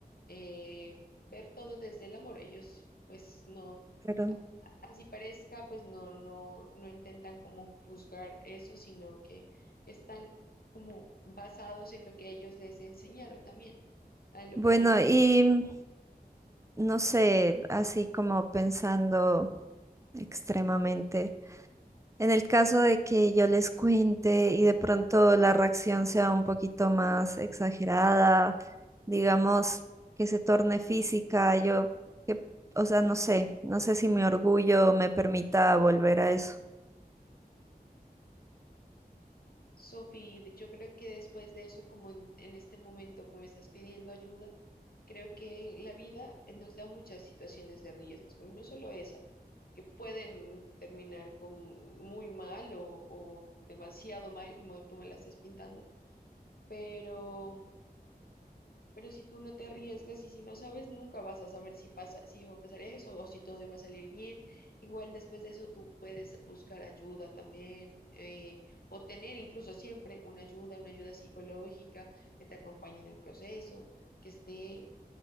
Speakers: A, on the left; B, on the right.
A: eh, ver todo desde el amor, ellos pues no
B: Pero
A: así parezca, pues no, no, no intentan como juzgar eso, sino que están como basados en lo que ellos les enseñaron también, en lo
B: bueno,
A: que ellos les
B: y
A: dijeron.
B: mm, no sé, así como pensando extremadamente. En el caso de que yo les cuente y de pronto la reacción sea un poquito más exagerada, digamos que se torne física, yo, que, o sea, no sé, no sé si mi orgullo me permita volver a eso.
A: Sophie, yo creo que después de eso, como en, en este momento, como estás pidiendo ayuda, creo que la vida nos da muchas situaciones de riesgo, y no solo esa, que pueden terminar con muy mal o o demasiado mal, como tú me la estás pintando, pero Pero si tú no te arriesgas y si no sabes, nunca vas a saber si pasa, si va a pasar eso o si todo iba a salir bien. Igual después de eso tú puedes buscar ayuda también eh, o tener incluso siempre una ayuda, una ayuda psicológica que te acompañe en el proceso, que esté,